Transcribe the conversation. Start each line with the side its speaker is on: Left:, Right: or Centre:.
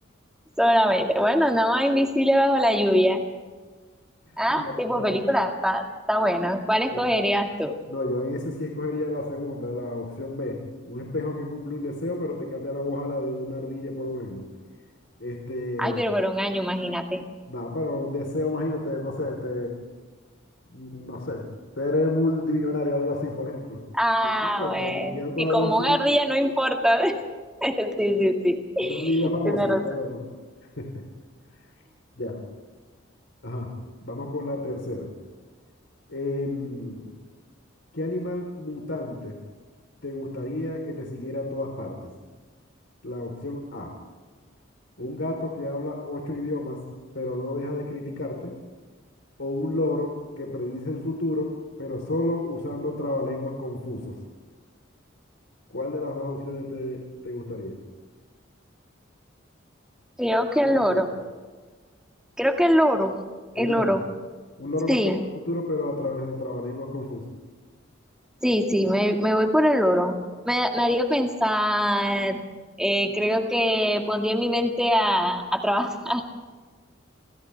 Centre: solamente. Bueno, nada más invisible bajo la lluvia. Ah,
Left: Bueno,
Centre: tipo
Left: yo,
Centre: película, está, está bueno. ¿Cuál escogerías
Left: eh,
Centre: tú?
Left: No, yo en ese sí escogería la segunda, la opción B. Un espejo que cumple un deseo, pero te cambia la voz a la de una ardilla por un año. Este,
Centre: Ay, pero por un año, imagínate.
Left: nada, pero un deseo, imagínate, no sé, este, no sé, ser multimillonario, algo así, por ejemplo.
Centre: Ah,
Left: No importa,
Centre: bueno.
Left: me quedo con
Centre: Y
Left: la
Centre: como
Left: voz así,
Centre: una ardilla no importa. <laughs> Sí, sí, sí.
Left: una ardilla famosa,
Centre: Tienes
Left: por
Centre: razón.
Left: lo menos. <laughs> Ya, ajá. Vamos con la tercera. Em, ¿qué animal mutante te gustaría que te siguiera a todas partes? La opción A. un gato que habla ocho idiomas, pero no deja de criticarte, o un loro que predice el futuro, pero solo usando trabalenguas confusos. ¿Cuál de las dos opciones te, te gustaría? Te
Centre: Creo que
Left: las
Centre: el oro.
Left: repito.
Centre: Creo que el oro.
Left: El
Centre: El
Left: loro.
Centre: oro.
Left: Un loro
Centre: Sí.
Left: que predice el futuro, pero a través de trabalenguas confusos.
Centre: Sí, sí, me, me voy por el oro. Me, me haría pensar, eh, creo que pondría mi mente a, a trabajar. <laughs>